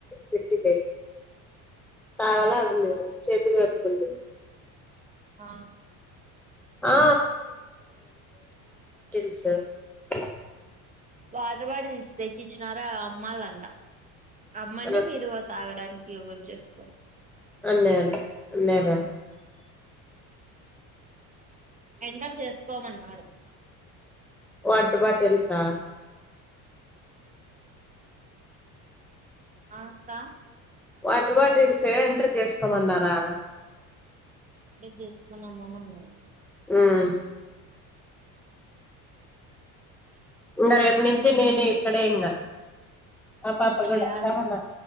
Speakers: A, in the centre; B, on the right.
A: పెట్టి తాగాల అదిలే చేతులు కడుతు
B: ఆ
A: ఆ స <unintelligible>
B: వాటర్ బాటిల్ తెచ్చి ఇచ్చినారా అమ్మళంట అమ్మండి
A: అన్నారు
B: మీరు తాగడానికి యూజ్ చేసుకో
A: అన్నే అన్నేరా
B: ఎంటర్ చేసుకోమన్నారు
A: వాటర్ బాటిల్స్ హా
B: ఆ సా
A: వాటర్ బాటిల్స్ ఏ ఎంటర్ చేసుకోమన్నారా
B: చేసుమని అమ్మమన్నారు
A: ఉం ఇంకా రేపు నుంచి నేను ఇక్కడే ఇంకా ఆ పాప కూడా
B: యాడ
A: సరేనా